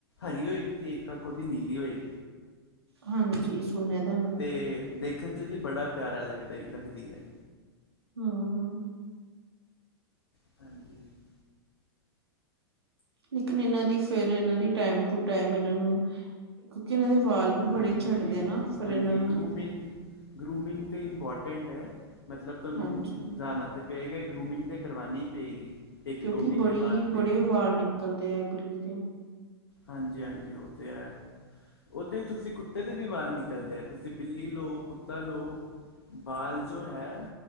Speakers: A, on the left; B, on the right.
A: ਹਰੀ ਹੋਏਗੀ, ਤੇ ਇੱਕ ਅੱਖ ਉਹਦੀ ਨੀਲੀ ਹੋਏਗੀ।
B: ਹਾਂਜੀ ਸੁਣਿਆ ਦਾ ਮੈੰ
A: ਤੇ, ਦੇਖਣ ਚ ਵੀ ਬੜਾ ਪਿਆਰਾ ਲੱਗਦਾ, ਲੱਗਦੀ ਹੈ।
B: ਹਮ,
A: <unintelligible>
B: ਲੇਕਿਨ, ਇਹਨਾਂ ਦੀ ਫੇਿਰ ਇਹਨਾਂ ਦੀ ਟਾਈਮ ਟੂ ਟਾਈਮ, ਇਹਨਾਂ ਨੂੰ, ਕਿਉਂਕਿ ਇਹਨਾਂ ਦੇ ਵਾਲ ਵੀ ਬੜੇ
A: ਹਾਂਜੀ-
B: ਝੜਦੇ ਆ ਨਾ ਫਿਰ
A: ਹਾਂਜੀ,
B: ਇਹਨਾਂ ਨੂੰ
A: ਗਰੂਮਿੰਗ ਗਰੂਮਿੰਗ ਤੇ ਇੰਪੋਰਟੈਂਟ ਹੈ, ਮਤਲਬ ਤੁਹਾਨੂੰ
B: ਹਾਂਜੀ
A: ਜ਼ਿਆਦਾ ਤੇ ਪਏ ਗੇ ਗਰੂਮਿੰਗ ਤੇ ਕਰਵੀ ਪਏਗੀ। ਇੱਕ
B: ਕਿਉਂਕਿ
A: ਦੋ ਮਹੀਨੇ
B: ਬੜੀ-ਬੜੇ
A: ਬਾਅਦ ਤੇ
B: ਵਾਲ ਨਿਕਲਦੇ ਹੈ ਬਿੱਲੀ ਦੇ
A: ਹਾਂਜੀ-ਹਾਂਜੀ ਉਹ ਤੇ ਹੈ। ਉੱਥੇ ਤੁਸੀਂ ਕੁੱਤੇ ਦੇ ਵੀ ਵਾਲ ਨਿਕਲਦੇ ਆ, ਤੁਸੀਂ ਬਿੱਲੀ ਲਓ, ਕੁੱਤਾ ਲਓ। ਵਾਲ ਜੋ ਹੈ